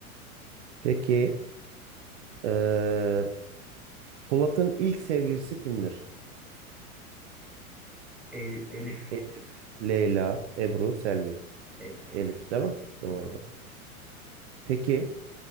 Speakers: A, on the right; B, in the centre.
A: Peki eee, Polat'ın ilk sevgilisi kimdir?
B: El- Elif.
A: Elif, Leyla, Ebru, Selvi.
B: Elif, Elif.
A: Elif değil mi? Doğru.
B: Hı-hı.
A: Peki